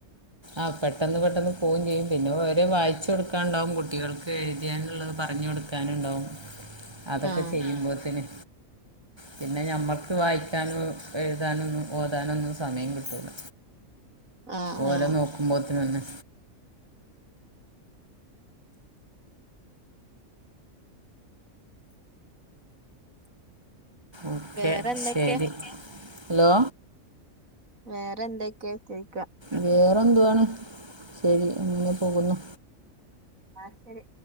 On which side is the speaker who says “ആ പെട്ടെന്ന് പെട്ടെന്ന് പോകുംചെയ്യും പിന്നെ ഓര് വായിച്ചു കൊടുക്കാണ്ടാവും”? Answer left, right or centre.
Right